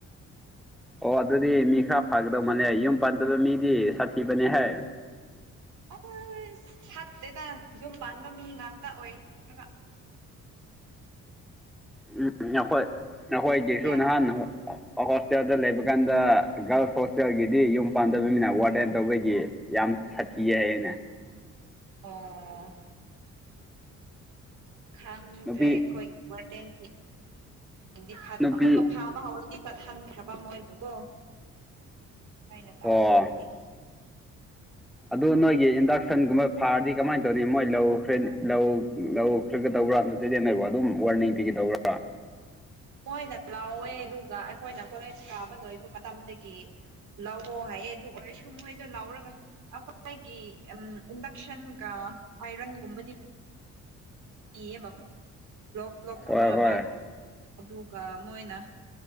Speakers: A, in the centre; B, on the right (about 75°).
A: ꯑꯣ ꯑꯗꯨꯗꯤ ꯃꯤ ꯈꯔ ꯐꯒꯗꯧ ꯃꯥꯜꯂꯦ ꯌꯨꯝ ꯄꯥꯟꯗꯕ ꯃꯤꯗꯤ ꯁꯥꯊꯤꯕꯅꯤ ꯍꯦ
B: ꯑꯍꯣꯁ ꯐꯠꯇꯦꯗ ꯌꯨꯝ ꯄꯥꯟꯕ ꯃꯤ ꯉꯥꯛꯇ ꯑꯣꯏ ꯔꯒ
A: ꯎꯝ ꯅꯈꯣꯏ ꯅꯈꯣꯏꯒꯤꯁꯨ
B: ꯌꯥꯝ
A: ꯅꯍꯥꯟ ꯍ ꯍꯣꯁꯇꯦꯜꯗ ꯂꯩꯕ ꯀꯥꯟꯗ ꯒꯥꯔꯜꯁ ꯍꯣꯁꯇꯦꯜꯒꯤꯗꯤ ꯌꯨꯝ ꯄꯥꯟꯗꯕꯅꯤꯅ ꯋꯥꯔꯗꯦꯟ ꯇꯧꯕꯒꯤ ꯌꯥꯝ ꯁꯥꯊꯤꯌꯦ ꯍꯥꯏꯌꯦꯅꯦ
B: ꯑꯣ ꯈꯪꯗ꯭ꯔꯦ
A: ꯅꯨꯄꯤ
B: ꯑꯩꯈꯣꯏ ꯋꯥꯗꯦꯟꯇꯤ <unintelligible>
A: ꯅꯨꯄꯤ
B: ꯑꯃꯨꯛꯀ ꯐꯥꯕ ꯍꯧꯔꯗꯤ ꯐꯠ ꯍꯟꯈ꯭ꯔꯕ ꯃꯣꯏꯕꯨꯀꯣ ꯑꯩꯅ ꯇꯧꯔꯒ
A: ꯑꯣ
B: ꯂꯩꯌꯦ
A: ꯑꯗꯨ ꯅꯣꯏꯒꯤ ꯏꯟꯗꯛꯁꯟꯒꯨꯝꯕ ꯐꯥꯔꯗꯤ ꯀꯃꯥꯏꯅ ꯇꯧꯅꯤ ꯃꯣꯏ ꯂꯧ ꯈ꯭ꯔꯦ ꯂꯧ ꯂꯧ ꯈꯔꯒꯇꯧꯕ꯭ꯔꯥ ꯅꯠꯆꯗꯦꯅꯕ ꯑꯗꯨꯝ ꯋꯥꯔꯅꯤꯡ ꯄꯤꯒꯗꯧꯕ꯭ꯔꯥ
B: ꯃꯣꯏꯅ ꯂꯥꯎꯋꯦ ꯑꯗꯨꯒ ꯑꯩꯈꯣꯏꯅ ꯀꯣꯂꯦꯖ ꯀꯥꯕ ꯂꯣꯏꯕ ꯃꯇꯝꯗꯒꯤ ꯂꯥꯛꯑꯣ ꯍꯥꯏꯌꯦ ꯑꯗꯨ ꯑꯣꯏꯔꯁꯨ ꯃꯣꯏꯗꯣ ꯂꯧꯔꯒ ꯑꯩꯈꯣꯏꯒꯤ ꯎ ꯏꯟꯗꯛꯁꯟꯒ ꯑꯥꯏꯔꯟꯒꯨꯝꯕꯗꯤ ꯀꯌꯦꯕ ꯕ꯭ꯂꯣꯛ ꯕ꯭ꯂꯣꯛ
A: ꯍꯣꯏ
B: ꯑꯃ ꯑꯃꯒꯤ
A: ꯍꯣꯏ
B: ꯑꯗꯨꯒ ꯃꯣꯏꯅ